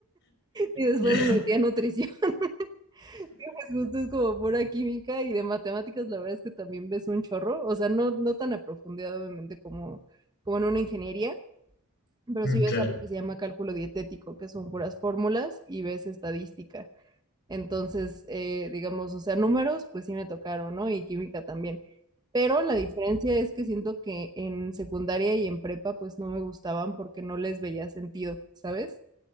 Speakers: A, on the right; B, on the left.
A: Y después
B: Ya.
A: me metí
B: <laughs>
A: a nutrición. <laughs> Justo es como pura química y de matemáticas, la verdad es que también ves un chorro. O sea, no, no tan a profundidad, obviamente, como, como en una ingeniería, pero
B: Mm,
A: sí ves
B: Claro.
A: algo que se llama cálculo dietético, que son puras fórmulas y ves estadística. Entonces, eh, digamos, o sea, números, pues sí me tocaron, ¿no? Y química también. Pero la diferencia es que siento que en secundaria y en prepa, pues no me gustaban porque no les veía sentido, ¿sabes?